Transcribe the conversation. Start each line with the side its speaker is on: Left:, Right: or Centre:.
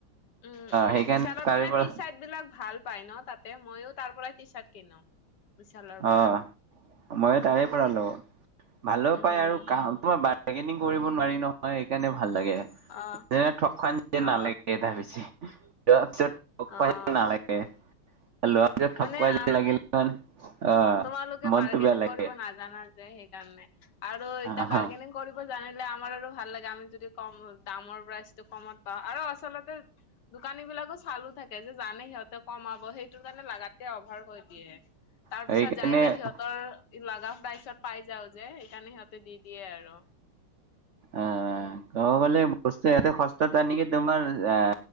Left: উম উম
Right: সেইকাৰণে
Left: বিশালত
Right: তাৰে
Left: মানে
Right: পৰা
Left: টি চাৰ্ট বিলাক ভাল পাই ন তাতে মইয়ো তাৰ পৰা টি চাৰ্ট কিনো। বিশালৰ
Right: অ'
Left: পৰা
Right: মইও তাৰে পৰা লওঁ। ভালো
Left: উম
Right: পাই আৰু কা তোমাৰ বাৰগেনিং কৰিব নোৱাৰি নহয় সেইকাৰণে ভাল লাগে
Left: অ
Right: যেনে ঠগ খোৱা যে
Left: অ
Right: নালাগে তাত পিছে। লোৱাৰ পিছত ঠগ খোৱা
Left: অ
Right: যেন নালাগে লোৱা পিছত ঠগ
Left: মানে
Right: খোৱা যে
Left: আম
Right: ন লাগিলে মানে অ'
Left: তোমালোকে
Right: মনটো
Left: বাৰ্গেনিং
Right: বেয়া লাগে।
Left: কৰিব নাজানা যে সেইকাৰণে আৰু এতিয়া
Right: আহ,
Left: বাৰৰ্গেনিং কৰিব জানিলে আমাৰো ভাল লাগে আমি যদি কম দামৰ প্ৰাইচটো কমত পাওঁ আৰু আচলতে দোকানী বিলাকো চালো থাকে যে জানে সিহঁতে কমাব সেইটো কাৰণে লাগাতকে অভাৰ কৈ দিয়ে। তাৰ
Right: সেইকাৰণে
Left: পিছত যাই যাই সিহঁতৰ লাভা প্ৰাইজত পায় যাও যে সেইকাৰণে সিহঁতে দি দিয়ে আৰু।
Right: আ ক'ব গ'লে বস্তু ইয়াতে সস্তাত আনি তোমাৰ আ